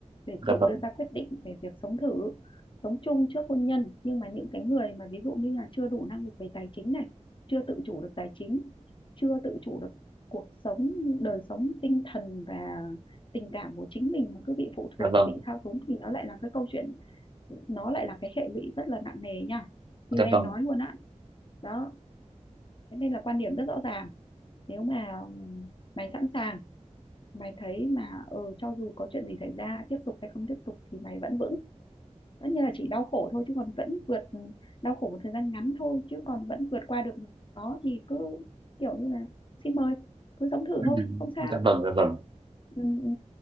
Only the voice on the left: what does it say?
để
tự
đưa ra quyết định về việc sống thử sống chung trước hôn nhân nhưng mà những cái người mà ví dụ như là chưa đủ năng lực về tài chính này chưa tự chủ được tài chính chưa tự chủ được cuộc sống đời sống tinh thần và tình cảm của chính mình mà cứ bị phụ
thuộc
bị thao túng thì nó lại là cái câu chuyện nó lại là cái hệ lụy rất là nặng nề nha như
em
nói luôn á đó thế nên là quan điểm rất rõ ràng nếu mà mày sẵn sàng mày thấy mà ờ cho dù có chuyện gì xảy ra tiếp tục hay không tiếp tục thì mày vẫn vững tất nhiên là chỉ đau khổ thôi chứ còn vẫn vượt ừ, đau khổ một thời gian ngắn thôi chứ còn vẫn vượt qua được nó thì cứ kiểu như là xin mời cứ sống thử
thôi không sao
ừ, ừ.